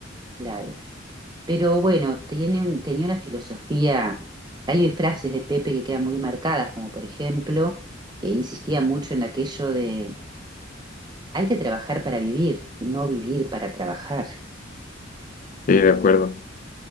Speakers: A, on the right; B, on the left.
A: claro pero bueno, tiene un- tenía una filosofía, hay frases de Pepe que quedan muy marcadas, como por ejemplo, que insistía mucho en aquello de hay que trabajar para vivir, no vivir para trabajar.
B: sí, de acuerdo.